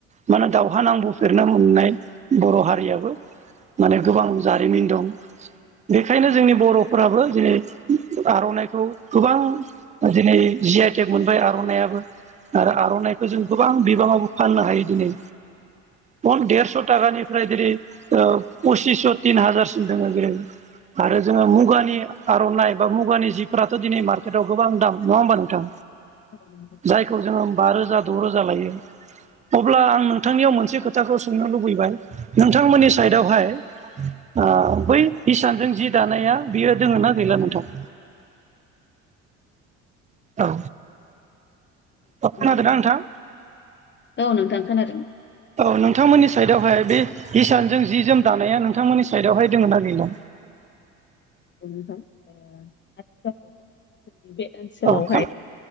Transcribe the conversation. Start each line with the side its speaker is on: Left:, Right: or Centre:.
Right: माने दावहा नांबोफेरनो मोननाय बर' हारियाबो माने गोबां जारिमिन दं बेखायनो जोंनि बर'फोराबो दिनै आर'नाइखौ गोबां दिनै जि आइ टेक मोनबाय आर'नायइाबो। आरो आर'नाइखौ जों गोबां बिबाङाबो फाननो हायो दिनै फन देरस' थाखानिफ्राय जेरै ओ पसिसस' तिन हाजारसिम दङो जेरै आरो जोङो मुगानि आर'नाइ बा मुगानि जिफोराथ' दिनै मार्केटआव गोबां दाम नङा होमबा नोंथां
Left: औ नोंथां
Right: जायखौ जोङो बा रोजा द' रोजा लायो अब्ला आं नों थांनियाव मोनसे खोथाखौ सोंनो लुबैबाय नोंथांमोननि साइडआवहाय ओ बै इसानजों जि दानाया बियो दोङ ना गैला नोंथां औ खोनादोंना
Left: औ
Right: नोंथां
Left: नोंथां औ नोंथां औ नोंथां औ नोंथां औ नोंथां औ नोंथां औ नोंथां थारैनो औ नोंथां औ नोंथां औ नोंथां थारैनो औ नोंथां औ नोंथां औ नोंथां खोनादों
Right: औ नोंथांमोननि साइदआवहाय बे हिसानजों जि जोम दानाया नोंथांमोननि साइडआवहाय दोङो ना गैला।
Left: ओ आथिखालाव जोंनि बे ओनसोलावहाय
Right: औ खोन